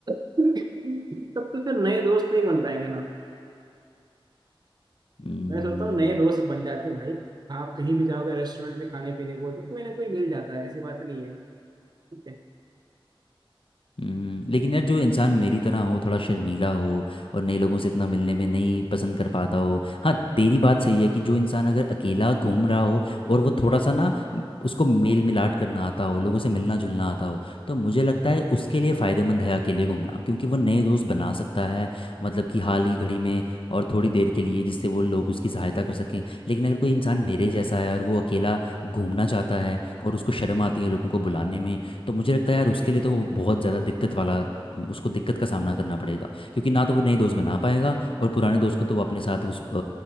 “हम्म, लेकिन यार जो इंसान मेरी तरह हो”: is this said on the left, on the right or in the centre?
Left